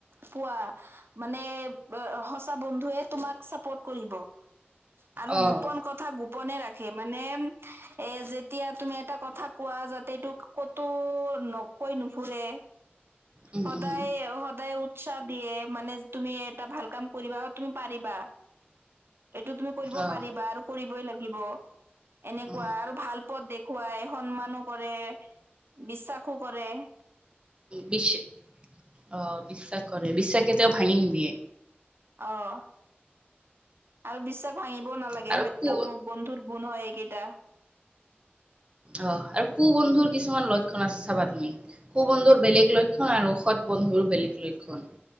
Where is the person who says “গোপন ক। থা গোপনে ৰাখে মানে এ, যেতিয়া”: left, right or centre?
Right